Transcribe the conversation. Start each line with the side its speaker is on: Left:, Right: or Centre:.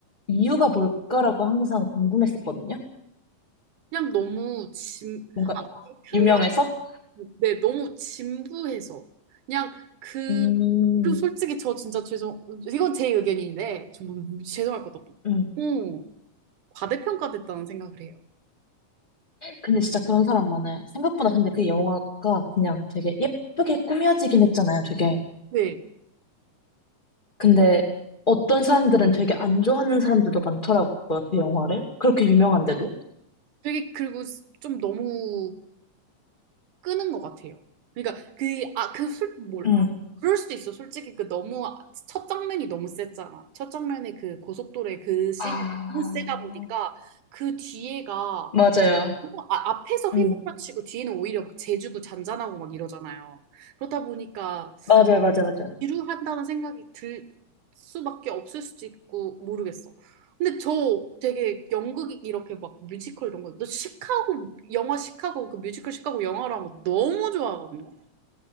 Left: 이유가 뭘까라고 항상 궁금했었거든요.
Right: 그냥 너무 진
Left: 뭔가
Right: 평균
Left: 유명해서?
Right: 네 너무 진부해서 그냥 그
Left: 음,
Right: 그리고 솔직히 저 진짜 죄송 이건 제 의견인데 좀 죄송할 것도 없고
Left: 음.
Right: 너무 과대평가됐다는 생각을 해요.
Left: 근데 진짜 그런 사람 많아요. 생각보다 근데 그 영화가 그냥 되게 예쁘게 꾸며지긴 했잖아요, 되게.
Right: 네.
Left: 근데 어떤 사람들은 되게 안 좋아하는 사람들도 많더라고요, 그 영화를. 그렇게 유명한데도.
Right: 되게 그리고 좀 너무 끄는 것 같아요. 그러니까 그, 아, 그 술, 뭘,
Left: 응.
Right: 그럴 수도 있어. 솔직히 그 너무, 첫 장면이 너무 셌잖아. 첫 장면에 그 고속도로의 그 씬이
Left: 아,
Right: 너무 세다 보니까 그 뒤에가
Left: 맞아요.
Right: 너무 아- 앞에서 휘몰아치고
Left: 응.
Right: 뒤에는 오히려 막 재주고 잔잔하고 막 이러잖아요. 그러다 보니까
Left: 맞아요, 맞아요, 맞아요.
Right: 지루한다는 생각이 들 수밖에 없을 수도 있고 모르겠어. 근데 저 되게 연극 이렇게 막 뮤지컬 이런 거, 너 시카고 영화 시카고 그 뮤지컬 시카고 영화로 한거 너무 좋아하거든요.